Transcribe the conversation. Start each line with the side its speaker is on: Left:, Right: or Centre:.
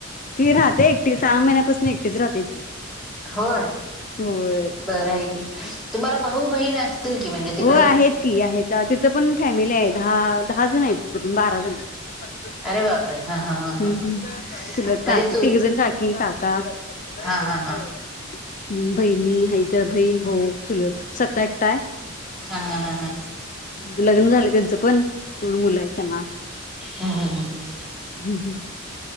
Left: ती राहते एकटी सहा महिन्यापासून एकटीच राहते ती.
Centre: अच्छ होय
Left: होय.
Centre: बरं ये की तुम्हाला भाऊ बहीण असतील की म्हणजे तिकडं
Left: हो आहेत की आहेत तिथ पण फॅमिली आहे दहा दहा जण आहे. तिथ पण बारा जण ये
Centre: अरे बापरे! हा हा हा हा
Left: हम्म
Centre: हा
Left: ह् चुलत
Centre: म्हणजे
Left: काकी
Centre: तू
Left: तिघंजण काकी काका हम्
Centre: हा हा हा
Left: बहिणी आहेत बहीण भाऊ चुलत सखा एकटा ये.
Centre: हा हा हा हा
Left: लग्न झालं त्यांचं पण दोन मुलं आहेत त्यांना.
Centre: हम् हम ह हम
Left: हम् हम्